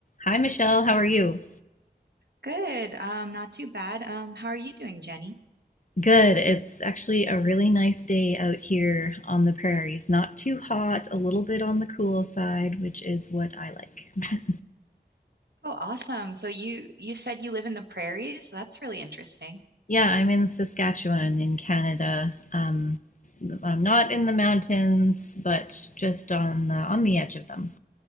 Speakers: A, on the left (about 50°); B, on the right (about 75°).
A: Hi, Michelle. How are you?
B: Good. Um, not too bad. Um, how are you doing, Jenny?
A: Good. It's actually a really nice day out here on the prairies. Not too hot, a little bit on the cool side, which is what I like.
B: Oh, awesome. So you you said you live in the prairies. That's really interesting.
A: Yeah, I'm in Saskatchewan in Canada. Um, I'm not in the mountains, but just on the, on the edge of them.